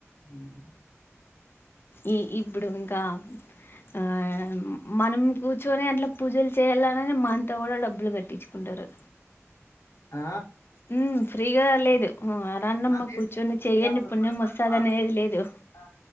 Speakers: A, on the left (about 85°); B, on the left (about 50°).
A: మ్మ్
B: ఈ ఇప్పుడు ఇంకా ఆ మనం కూర్చుని అట్లా పూజలు చేయాలనిని మనతో కూడా డబ్బులు కట్టించుకుంటారు
A: ఆ
B: ఉమ్ ఫ్రీగా లేదు హ్మ్ రండమ్మ
A: ఆ! లేదు.
B: కూర్చోని చెయ్యండి
A: ఏముండదు
B: పుణ్యం
A: మరి
B: వస్తాది
A: వాళ్ళకి
B: అని ఏం లేదు
A: ఆ!